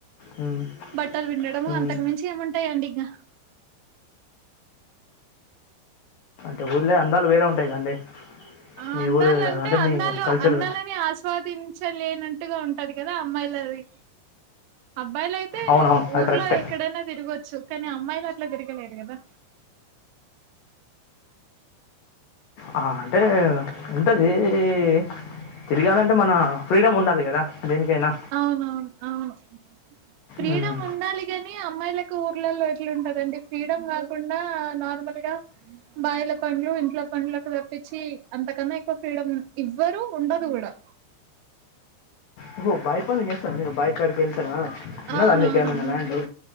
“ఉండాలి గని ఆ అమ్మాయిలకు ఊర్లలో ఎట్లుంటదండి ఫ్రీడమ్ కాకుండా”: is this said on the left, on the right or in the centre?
Right